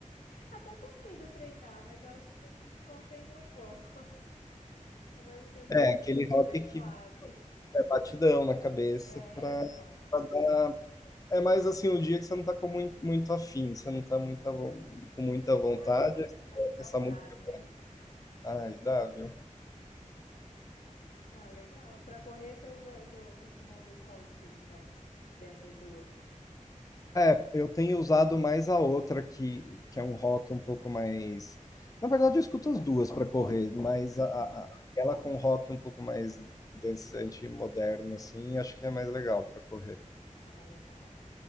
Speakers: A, on the left (about 80°); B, on the left (about 25°).
A: Até consigo treinar, mas eu acho que me desconcentra um pouco. <laughs> Eu gosto de coisa
B: É,
A: mais,
B: aquele rock
A: mais
B: que
A: suave.
B: é batidão na cabeça
A: É,
B: pra,
A: então.
B: pra dar. É mais assim o dia que você não tá com muito, muito afim, você não tá muita, vo- com muita
A: Pra te
B: vontade,
A: dar, um-
B: aí você
A: pra
B: coloca
A: te dar
B: essa
A: um gás,
B: música.
A: né?
B: Ai, dá, viu?
A: Ah, legal. Pra correr, você usa, você costuma ouvir qual estilo, então? Dessas duas?
B: É, eu tenho usado mais a outra, que, que é um rock um pouco mais. Na verdade, eu escuto as duas para correr, mas
A: Sim.
B: a, a- a- aquela com rock um pouco mais dançante e moderno, assim, acho que é mais legal para correr.
A: Ah, legal.